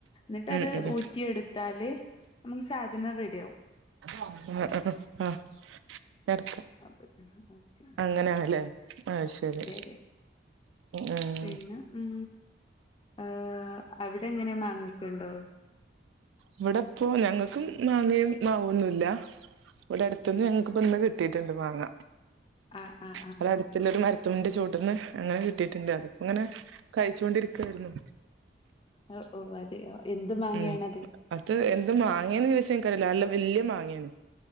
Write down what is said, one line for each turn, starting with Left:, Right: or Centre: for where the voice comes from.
Left: എന്നിട്ട്
Right: ഉം
Left: അത്
Right: ഉം
Left: ഊ റ്റി എടുത്താല് നമുക്ക് സാധനം റെഡിയാഉ
Right: <unintelligible> എട്ക്ക്
Left: അതെ <unintelligible>
Right: അങ്ങനെയാണല്ലേ ആഹ് ശരി
Left: അതെ
Right: ആഹ്
Left: പിന്നെ ഉം ആഹ് അവിടെങ്ങനെ മാങ്ങക്കുണ്ടോ?
Right: ഇവിടെപ്പോ ഞങ്ങൾക്കും മാങ്ങയും മാവൊന്നുല്ല ഇവിടെ അടുത്തുന്ന് ഞങ്ങക്കിപ്പ ഇന്ന് കിട്ടിയിട്ടുണ്ട് മാങ്ങ
Left: ആ ആ ആ
Right: ഇവടട്
Left: ഓക്കെ
Right: ട്ടിലൊരു മരത് ന്റെ ചൂട്ടന്ന് അങ്ങനെ കിട്ടിയിട്ടുണ്ട് അത്പ്പോ ങ്ങനെ കഴിച്ചോണ്ടിരിക്കായിരുന്നു
Left: ഓഹ് ഓഹ് അതെയൊ എന്ത് മാങ്ങയാണത്
Right: ഉം അത് എന്ത് മാങ്ങയാന്ന് ചോയ്ച്ച ഇൻക്കറിയില്ല വല്യ മാങ്ങയാണ്